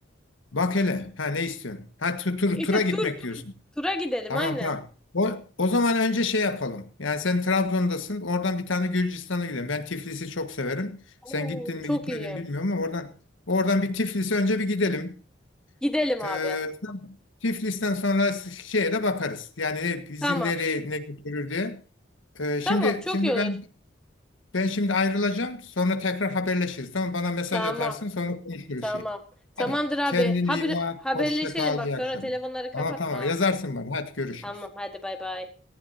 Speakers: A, on the left (about 80°); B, in the centre.
A: bak hele ha ne istiyorsun? Ha tu- tur,
B: İşte
A: tura gitmek
B: tur tur.
A: diyorsun.
B: Tura gidelim
A: Tamam
B: aynen.
A: tamam. O, o zaman önce şey yapalım. Yani sen Trabzon'dasın. Oradan bir tane Gürcistan'a gidelim. Ben Tiflis'i çok severim.
B: Oo,
A: Sen gittin mi
B: çok
A: gitmedin
B: iyi.
A: mi bilmiyorum ama oradan oradan bir Tiflis'e önce bir gidelim.
B: Gidelim abi.
A: Ee, Tiflis'ten sonra şeye de bakarız. Yani ne- bizi
B: Tamam.
A: nereye ne götürür diye. Ee, şimdi
B: Tamam çok
A: şimdi
B: iyi olur.
A: ben ben şimdi ayrılacağım. Sonra tekrar haberleşiriz. Tamam bana mesaj
B: Tamam.
A: atarsın sonra konuşuruz
B: Tamam.
A: şey.
B: Tamamdır
A: Hadi
B: abi.
A: kendine
B: Haber,
A: iyi bak.
B: haberleşelim
A: Hoşça kal.
B: bak
A: İyi
B: sonra
A: akşamlar.
B: telefonları kapatma.
A: Tamam tamam
B: ha.
A: yazarsın bana. Hadi görüşürüz.
B: Tamam hadi bay bay.